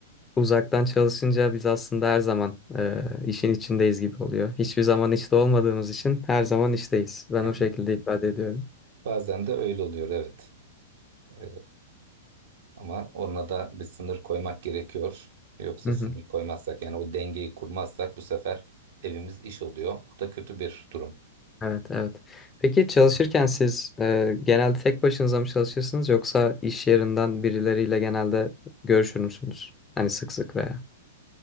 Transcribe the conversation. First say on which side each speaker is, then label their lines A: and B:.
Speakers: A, on the left; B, on the right.
A: uzaktan çalışınca biz aslında her zaman e, işin içindeyiz gibi oluyor. Hiçbir zaman işte olmadığımız için her zaman işteyiz. Ben
B: <laughs>
A: o şekilde ifade ediyorum.
B: Bazen de öyle oluyor evet. Eee, ama ona da bir sınır koymak gerekiyor. Yoksa
A: Hı hı.
B: sınır koymazsak yani o dengeyi kurmazsak bu sefer evimiz iş oluyor. O da kötü bir durum.
A: Evet, evet. Peki çalışırken siz e, genelde tek başınıza mı çalışırsınız yoksa iş yerinden birileriyle genelde görüşür müsünüz? Hani sık sık veya.